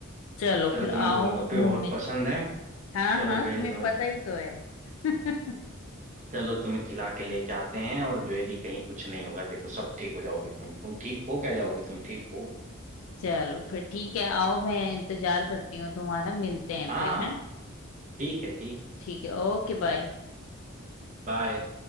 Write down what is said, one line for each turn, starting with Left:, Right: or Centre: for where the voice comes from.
Left: चलो
Right: चलो
Left: फिर आओ
Right: तुम्हें गोलगप्पे
Left: घूमने
Right: बहुत पसंद है
Left: हाँ
Right: चलो
Left: हाँ
Right: जो है
Left: तुम्हें
Right: कि तुम्हें
Left: पता ही तो है <laughs>
Right: चलो तुम्हें खिला के लेके आते हैं और जो है कि कहीं कुछ नहीं होगा देखो सब ठीक हो जाओगी तुम तुम ठीक हो क्या जाओगी तुम ठीक हो
Left: चलो फिर ठीक है आओ मैं इंतजार करती हूँ तुम्हारा मिलते हैं
Right: हाँ
Left: फिर हैं
Right: ठीक है ठीक
Left: ठीक है ओके बाय
Right: बाय